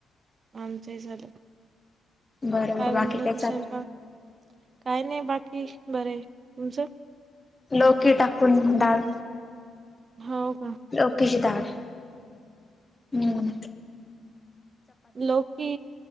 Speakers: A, on the right (about 40°); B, on the left (about 15°).
A: आमचंही झालं
B: बर बर
A: बनवलं
B: बाकी
A: होतं
B: काय चाल
A: स्वयंपाक? काय नाही बाकी बरं आहे तुमचं
B: लोक टाकून डाल
A: हाव का?
B: लवकीच दाड. हं.
A: लोवकी,